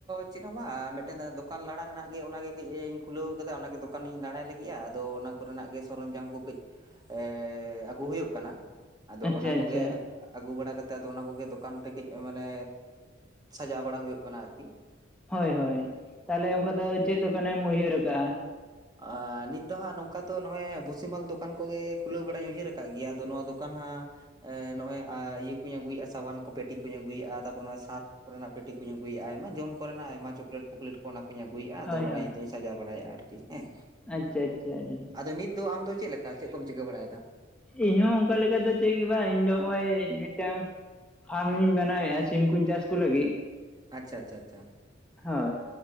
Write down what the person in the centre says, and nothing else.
ᱟᱪᱪᱷᱟ
ᱟᱪᱪᱷᱟ
ᱦᱳᱭ ᱦᱳᱭ, ᱛᱟᱦᱚᱞᱮ ᱚᱝᱠᱟ ᱫᱚ ᱪᱮᱫ ᱫᱚᱠᱟᱱᱮᱢ ᱩᱭᱦᱟᱹᱨ ᱟᱠᱟᱜᱼᱟ?
ᱦᱳᱭ
ᱦᱳᱭ
ᱟᱪᱪᱷᱟ ᱟᱪᱪᱷᱟ ᱟᱹᱰᱤ
ᱤᱧ ᱦᱚᱸ ᱚᱝᱠᱟ ᱞᱮᱠᱟ ᱫᱚ ᱪᱮᱫ ᱜᱮ ᱵᱟᱝ ᱤᱧ ᱫᱚ ᱱᱚᱜᱼᱚᱭ ᱢᱤᱫᱴᱟᱝ ᱯᱷᱟᱨᱢᱤᱧ ᱵᱮᱱᱟᱣᱮᱫᱼᱟ ᱥᱤᱢ ᱠᱩᱧ ᱪᱟᱥ ᱠᱚ ᱞᱟᱹᱜᱤᱫ ᱾
ᱦᱳᱭ